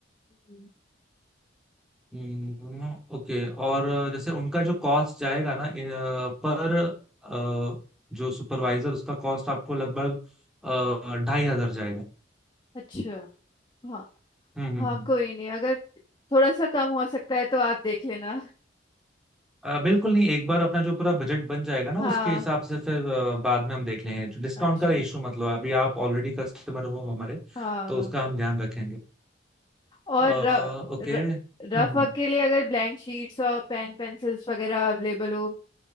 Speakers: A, on the left; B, in the centre.
A: हम्म,
B: हम्म, ओके और जैसे उनका जो कॉस्ट जाएगा ना इन, अ, पर अ, जो सुपरवाइजर उसका कॉस्ट आपको लगभग अ, ढाई हजार जाएगा
A: अच्छा हाँ
B: हम्म हम्म
A: हाँ
B: हम्म।
A: कोई नहीं अगर थोड़ा सा कम हो सकता है तो आप देख लेना
B: अ, बिल्कुल नहीं एक बार अपना जो पूरा बजट बन जाएगा ना
A: हाँ
B: उसके हिसाब से फिर अ, बाद में हम देख लेंगे डिस्काउंट
A: अच्छा
B: का इशू मतलब अभी आप ऑलरेडी कस्टमर हो हमारे
A: हाँ
B: तो उसका हम ध्यान रखेंगे
A: और
B: अ,
A: र,
B: ओके
A: र,
B: हम्म
A: रफ
B: हम्म
A: वर्क के लिए अगर ब्लैंक शीट्स और पेन पेंसिल्स वगैरह अवेलेबल हो